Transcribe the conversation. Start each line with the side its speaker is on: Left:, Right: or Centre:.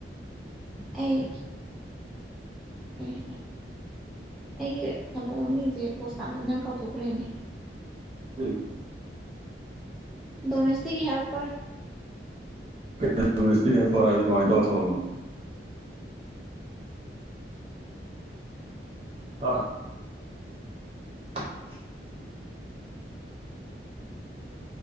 Centre: ꯑꯩ ꯀꯔꯤ
Right: <inaudible>
Centre: ꯑꯩꯒꯤ ꯊꯕꯛ ꯃꯃꯤꯡꯁꯦ ꯄꯣꯁ ꯇꯥꯃꯟꯗꯅ ꯀꯥꯎꯊꯣꯛꯈ꯭ꯔꯦꯅꯦ
Right: <inaudible>
Centre: ꯗꯣꯃꯦꯁꯇꯤꯛ ꯍꯦꯜꯄ꯭ꯔ
Right: <inaudible> ꯗꯣꯃꯦꯁꯇꯤꯛ ꯍꯦꯜꯄ꯭ꯔ ꯍꯥꯢꯁꯦ ꯀꯃꯥꯢ ꯇꯧꯕ ꯊꯕꯛꯅꯣ ꯍꯥ <inaudible>